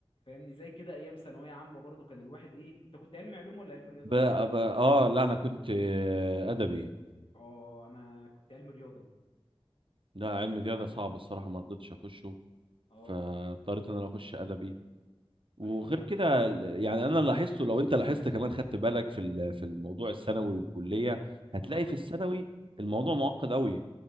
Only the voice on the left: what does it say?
فاهمني زي كده ايام ثانويه عامه برضو كان الواحد ايه انت كنت علمي علوم ولا علمي رياضه
ولا ايه
اه انا كنت علم رياضه
اه
ايوه فاهمه
اه